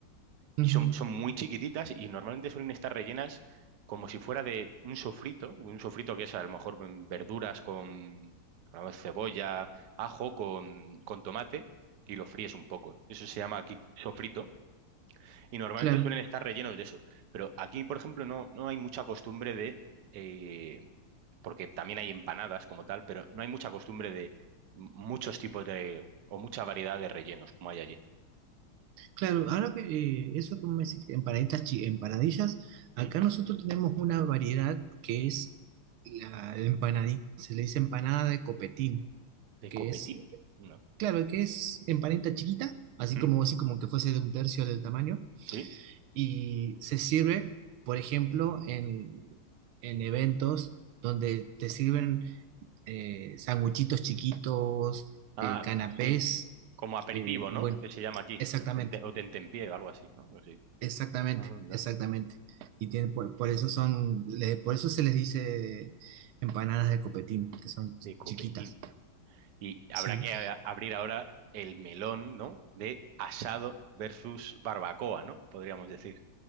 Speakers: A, on the right; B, on the right.
A: ujú,
B: y son, son muy chiquititas y normalmente suelen estar rellenas como si fuera de un sofrito, un sofrito que es a lo mejor mm, verduras con a lo mejor cebolla, ajo, con, con tomate y lo fríes un poco. Eso se llama aquí sofrito y normalmente
A: claro.
B: suelen estar rellenos de eso. Pero aquí, por ejemplo, no, no hay mucha costumbre de, eh, porque también hay empanadas como tal, pero no hay mucha costumbre de m- muchos tipos de, o mucha variedad de rellenos como hay allí.
A: Claro, ahora que eh, eso que me decís, empanaditas, chi- empanadillas, acá
B: ¿Mm?
A: nosotros tenemos una variedad que es la empanadita, se le dice empanada de copetín,
B: De
A: que
B: copetín,
A: es,
B: ¿no?
A: claro, que es empanadita chiquita, así
B: ¿Mm?
A: como así como que fuese de un tercio del tamaño,
B: ¿Sí?
A: y se sirve, por ejemplo, en, en eventos donde te sirven eh, sanguchitos chiquitos,
B: Ah,
A: eh, canapés,
B: sí. Como aperitivo,
A: eh, bueno,
B: ¿no? Que se llama aquí.
A: exactamente.
B: O tente, o tentempié o algo así, ¿no? Algo así.
A: Exactamente,
B: Anda,
A: exactamente. Y tiene, por, por eso son, le- por eso se les dice empanadas de copetín, que son
B: de copetín.
A: chiquitas,
B: Y habrá
A: sí.
B: que a- abrir ahora el melón, ¿no? De asado versus barbacoa, ¿no? Podríamos decir.